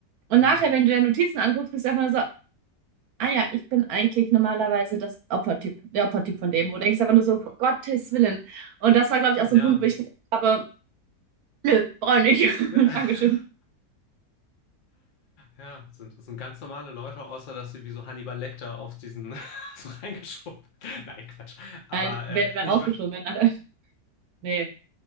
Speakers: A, on the right; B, on the left.
A: Und
B: Mhm.
A: nachher, wenn du deine Notizen anguckst, bist du einfach nur so, Ah ja, ich bin eigentlich normalerweise das Opfertyp, der Opfertyp von dem, wo du denkst aber nur so, um Gottes Willen. Und das war, glaube ich,
B: Ja,
A: auch so ein Punkt, wo ich gesagt habe, nö, brauche ich nicht. <laughs>
B: <laughs>
A: Dankeschön.
B: Ja, es sind, es sind ganz normale Leute, außer dass sie wie so Hannibal Lecter auf diesen <laughs> so reingeschoben. Nein, Quatsch. Aber,
A: Nein, wäre
B: äh,
A: wär wär
B: nee,
A: rausgeschoben.
B: ich, ver-
A: Wenn, alle- <laughs> nee.